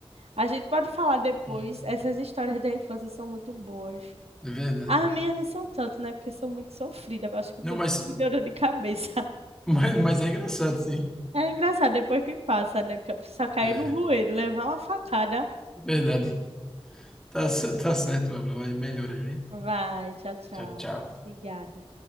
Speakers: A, on the right (about 80°); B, in the centre.
A: A gente pode falar depois,
B: Pronto.
A: essas histórias da infância são muito boas.
B: É verdade.
A: As minhas não são tanto, né? Porque sou muito sofrida, acho que por
B: Não, mas,
A: isso que me deu dor de cabeça.
B: mas, mas é engraçado, sim.
A: É engraçado depois que passa, né? Porque a pessoa cair
B: É,
A: no bueiro, levar uma facada.
B: verdade. Tá, c- tá certo, Abla. Vai, melhora, viu?
A: Vai, tchau, tchau.
B: Tchau, tchau.
A: Obrigada.